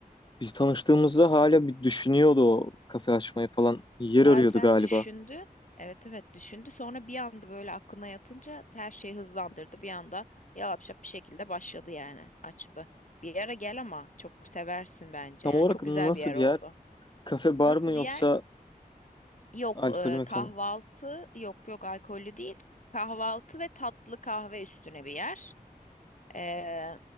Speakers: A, on the left (about 30°); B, on the left (about 55°).
A: biz tanıştığımızda hala bir düşünüyordu o kafe açmayı falan. Yer
B: Zaten
A: arıyordu galiba.
B: düşündü. Evet evet düşündü. Sonra bir anda böyle aklına yatınca her şeyi hızlandırdı. Bir anda yalapşap bir şekilde başladı yani. Açtı. Bir yere gel ama çok seversin bence
A: Tam
B: yani.
A: olarak
B: Çok
A: nasıl
B: güzel bir yer
A: bir
B: oldu.
A: yer? Kafe bar
B: Nasıl
A: mı yoksa
B: bir yer? Yok
A: alkolü
B: e,
A: mekan
B: kahvaltı
A: mı?
B: yok yok alkollü değil. Kahvaltı ve tatlı kahve üstüne bir yer. Ee,